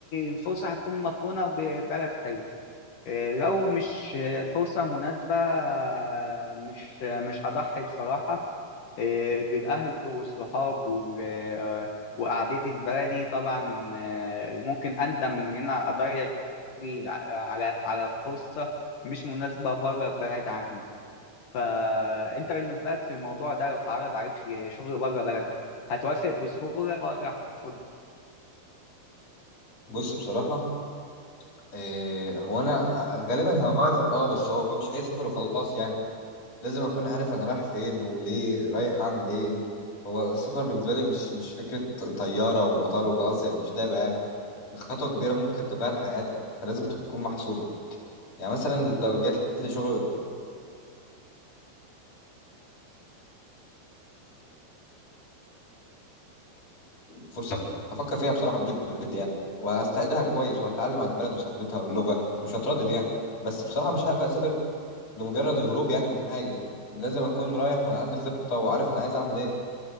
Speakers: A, on the left; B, on the left.
A: الفرصة هتكون مقرونة ببلد حلو آه، لو مش آه، فرصة مناسبة آه، مش آه، مش هضحي بصراحة آه، بالأهل والصحاب وال- آه، وقعدتي في بلدي طبعا آه، ممكن أندم إن أنا أضيع على على فرصة مش مناسبة بره البلد عندي فأنت بالنسبة لك في الموضوع ده لو اتعرض عليك شغل بره بلدك هتوافق بسهولة ولا هترفض؟
B: بص بصراحه آه، هو انا غالبا هوافق اه بس هو مش اي سفر وخلاص يعني لازم اكون عارف انا رايح فين وليه رايح اعمل ايه هو السفر بالنسبه لي مش مش فكره طياره ومطار وخلاص يعني مش لعبه يعني خطوه كبيره ممكن تغير حياتك فلازم تكون محسوبه يعني مثلا لو جات لي شغل فرصه هفكر فيها بصراحه بجد بجد يعني وهستقدرها كويس وهتعلم عن البلد وثقافتها واللغه مش هتردد يعني بس بصراحه مش هقبل اسافر لمجرد الهروب يعني من حاجه لازم اكون رايح وانا عندي خطه وعارف انا عايز اعمل ايه